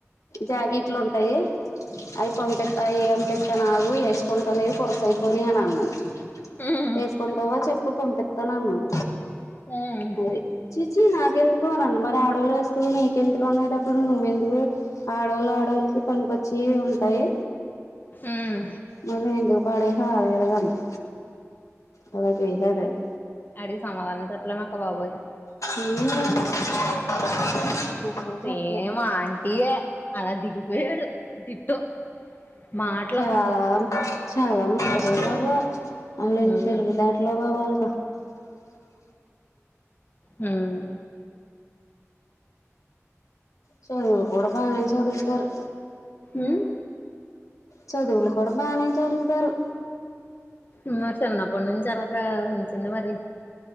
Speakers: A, on the left (about 80°); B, on the left (about 40°).
A: జాకెట్లు ఉంటాయి అవి పంప అవిప తన ఆగ వేసుకకుంటల్ది కురసయిపోయిను అన్నది
B: ఉమ్
A: వేసుకుంటావా చెప్పు పంపిస్తాను అన్నాను
B: ఉమ్
A: అరి చీ చీ నాగేంద ఇన్న మరి ఆడోళ వస్తువులు నీకుెందుకు అండటప్పుడు నువ్వెందుకు ఆడవాళ్ళ ఆడవాళ్ళకి పనికొచ్చి ఉంటాయి
B: ఉమ్
A: మళ్ళీ ఇందుకు పాడే ఆారేడు కమ్న్ అలా చేయాడాడు
B: అడి సమాధాం నాకబబయి
A: ఈ అసలు
B: సేమ్
A: చెప్పలే
B: ఆంటీయే అలా దిగిపోయాడు దిట్టు మాటలు
A: చాలా చాలా బాబా అళ్ళ
B: ఉమ్
A: తెలుగుదాటలో బాబ వాళ
B: హ్మ్
A: చదువు కూడా కూడా బానే చదువికారు
B: ఉమ్
A: చదువుల కూడ బానే చదువుటారు
B: రి చిన్నప్పటి నుంచిరక వించింది మరి